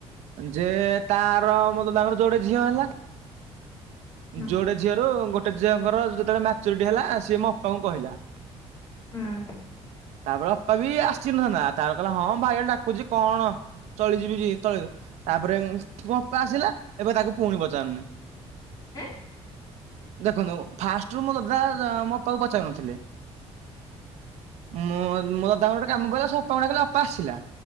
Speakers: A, on the right; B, on the left.
A: ଯେ ତା ତାଙ୍କର ମୋ ଦୟା ଙ୍କର ଯୋଡେ ଝିଅ ହେଲା
B: ହଁ।
A: ଯୋଡେ ଝିଅ ର ଗୋ ଗୋଟେ ଝିଅଙ୍କର ଯେତେବେଳେ ମାଚୁରିଟି ହେଲା ସିଏ ମୋ ଅପାଙ୍କୁ କହିଲା।
B: ହୁଁ ହୁଁ।
A: ତାପରେ ଅପା ବି ଆସି ନଥାନ୍ତା ତାପରେ କହିଲା ହଁ ଭାଇ ଗୋଟେ ଡାକୁଛି କଣ? ଚଳିଯିବି ଚଳି ତାପରେ ଅପା ଆସିଲା ଏବେ ତାକୁ ପୁଣି ପଚାରୁନି।
B: <unintelligible>
A: ଦେଖନ୍ତୁ ଫାଷ୍ଟରୁୁ ମୋ ଦାଦା ମୋ ଅପାକୁ ପଚାରୁନଥିଲେ। ମୋ ଦଦା ଙ୍କର ଗୋଟେ କାମ ପଇଲା ସେ ଅପା ଙ୍କୁ ଡାକିଲା ମୋ ଅପା ଆସିଲା।